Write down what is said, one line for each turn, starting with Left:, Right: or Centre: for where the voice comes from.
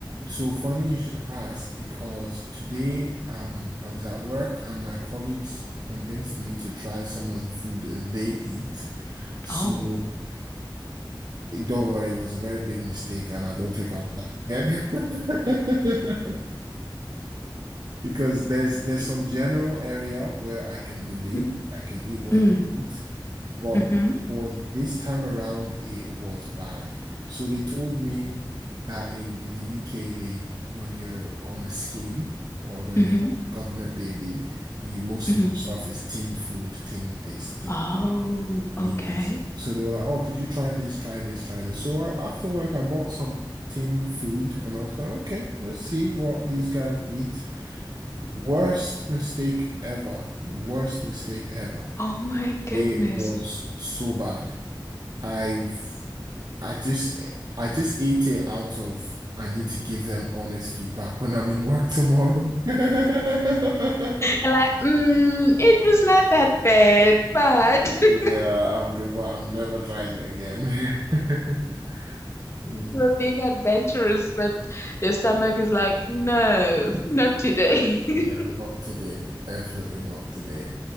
Right: So funny you should ask because today um I was at work and my colleagues convinced me to try some of the food they eat. So
Left: Oh,
Right: don't worry, it was a very big mistake and I don't think I'll try again. <laughs> Because there's there's
Left: Y-
Right: some general area where I can relate,
Left: Mm,
Right: I can eat what
Left: mm,
Right: they eat, but
Left: hmm
Right: for this time around, it was bad. So they told me that in, in the UK, they when you're on a scheme or when
Left: hmm
Right: you're a government baby, you most
Left: hmm
Right: of your stuff is tinned food, tinned this, tinned
Left: Oh,
Right: that. Yes.
Left: okay.
Right: So they were like, oh, could you try this, try this, try this? So I, after work, I bought some tinned food and I was like, okay, let's see what these guys eat. Worst mistake ever. Worst mistake ever.
Left: Oh my goodness.
Right: It was so bad. I've I just I just ate it out of I need to give them honest feedback when I'm in work tomorrow. <laughs>
Left: And Like, mm, it was not that bad, but <laughs>
Right: Yeah, I'm good, but I'm never trying it again. <laughs> Mm.
Left: you were being adventurous, but your stomach is like, no, not today. <laughs>
Right: Yeah, not today. Definitely not today.